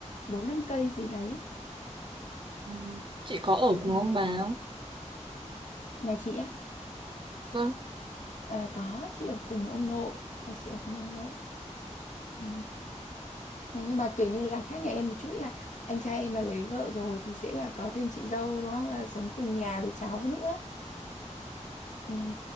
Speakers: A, on the left; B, on the right.
A: bốn năm cây gì đấy
B: Ừ. Chị có ở cùng
A: ừ.
B: ông bà không?
A: nhà chị á
B: Vâng.
A: à, có chị ở cùng ông nội nhà chị ở cùng ông nội ừ. Thế nhưng mà kiểu như là khác nhà em một chút là anh trai em là lấy vợ rồi thì sẽ là có thêm chị dâu đúng không là sống cùng nhà rồi cháu nữa ừ.